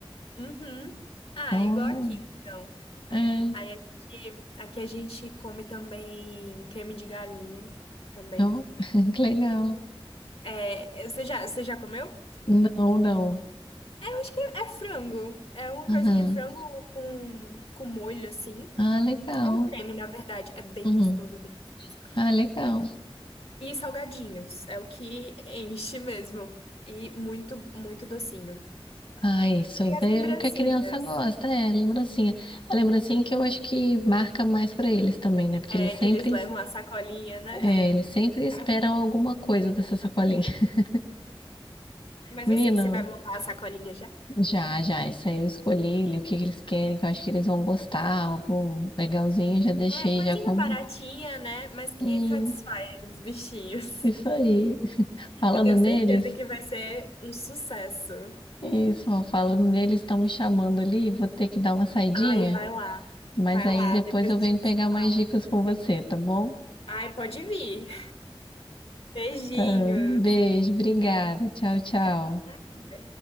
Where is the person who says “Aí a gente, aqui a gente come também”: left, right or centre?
Left